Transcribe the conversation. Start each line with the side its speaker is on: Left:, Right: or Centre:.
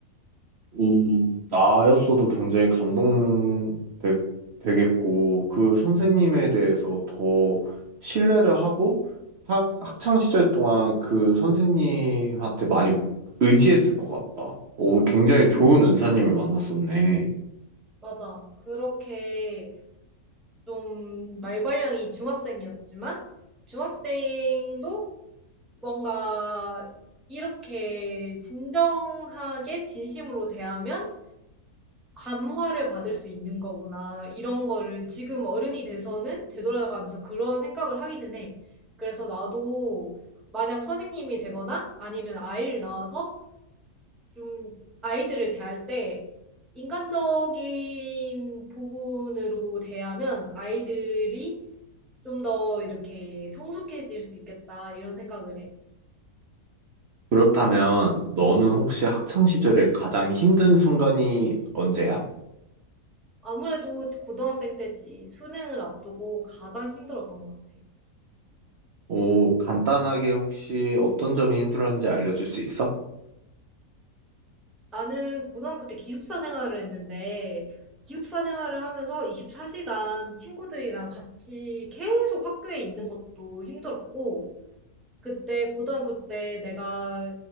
Right: 오, 나였어도 굉장히 감동되, 되겠고, 그 선생님에 대해서 더 신뢰를 하고, 학, 학창 시절 동안 그 선생님한테 많이 의지했을 것 같다. 오, 굉장히 좋은 은사님을 만났었네.
Centre: 맞아. 그렇게 좀 말괄량이 중학생이었지만 중학생도 뭔가 이렇게 진정하게 진심으로 대하면 감화를 받을 수 있는 거구나. 이런 거를 지금 어른이 돼서는 되돌아가면서 그런 생각을 하기는 해. 그래서 나도 만약 선생님이 되거나 아니면 아이를 낳아서 좀 아이들을 대할 때 인간적인 부분으로 대하면 아이들이 좀 더 이렇게 성숙해질 수 있겠다. 이런 생각을 해.
Right: 그렇다면, 너는 혹시 학창 시절에 가장 힘든 순간이 언제야?
Centre: 아무래도 고등학생 때지. 수능을 앞두고 가장 힘들었던 것 같아.
Right: 오, 간단하게 혹시 어떤 점이 힘들었는지 알려줄 수 있어?
Centre: 나는 고등학교 때 기숙사 생활을 했는데, 기숙사 생활을 하면서 24시간 친구들이랑 같이 계속 학교에 있는 것도 힘들었고, 그때 고등학교 때 내가